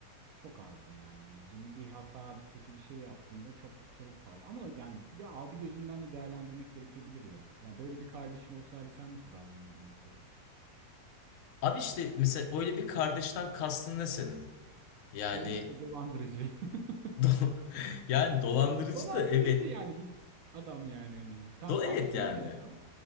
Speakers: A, on the right; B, on the left.
A: çok azdı yani. Yani Jimmy bir hata, kötü bir şey yaptığında çok çabuk parlıyor. Ama yani bir de abi gözünden de değerlendirmek gerekebilir ya. Ya böyle bir kardeşin olsa hali sen nasıl davranırdın mesela?
B: Abi işte mesela öyle bir kardeşten kastın ne senin? Yani
A: Böyle işte dolandırıcı. <laughs>
B: do- <laughs> yani dolandırıcı
A: Dolandırıcı
B: da evet.
A: yani bir adam yani hani tam
B: Do
A: tatlı
B: evet yani.
A: bir adam.